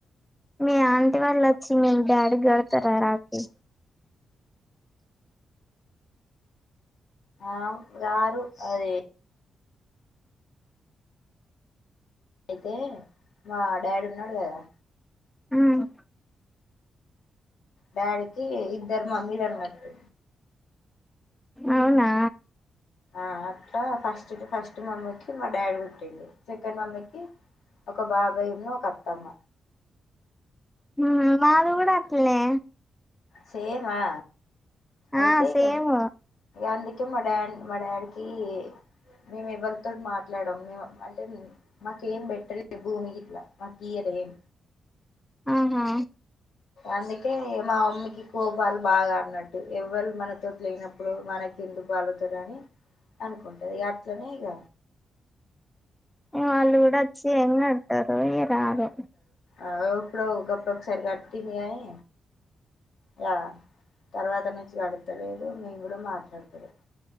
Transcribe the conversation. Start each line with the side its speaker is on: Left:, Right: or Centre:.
Centre: మీ అంటి వాళ్ళు వచ్చి మీ డాడీ కి గడతారా రాఖి
Left: అమ్ రారు అదే అయితే మా డాడీ ఉన్నాడు కదా
Centre: ఉమ్
Left: డాడీకి ఇద్దరు మమ్మీలు అన్నట్టు
Centre: అవునా
Left: ఆ అట్లా ఫస్ట్ ఫస్ట్ మమ్మీకి మా డాడీ పుట్టిండు సెకండ్ మమ్మీకి ఒక బాబాయ్ ను ఒక అత్తమ్మ
Centre: ఉమ్ హు వాళ్ళు కూడా అట్లే
Left: సేమ్ ఆ అయితే
Centre: ఆ సేమ్
Left: యిగా ఇంగందుకే మా డాడ్ మా డాడీకి మేము ఎవరితోటి మాట్లాడము మేము అంటే మాకేం బెటర్ భూమి గిట్లా మా కియార్ ఏం
Centre: ఆహా
Left: అందుకే మా అమ్మకి కోపాలు బాగా అన్నట్టు ఎవ్వరు మనతోటి లేనప్పుడు ఇప్పుడు మనకి ఎందుకు వాళ్ళతోని అని అనుకుంటది అట్లనే ఇక
Centre: ఇంగ వాళ్ళు కూడా వచ్చి ఎం కడతారు ఇగా రారు
Left: ఆ ఎప్పుడో ఒక అక్క ఒకసారి కట్టింది గానీ ఇగ తర్వాత నుంచి గడతలేదు మేము కూడా మాట్లాడతలేము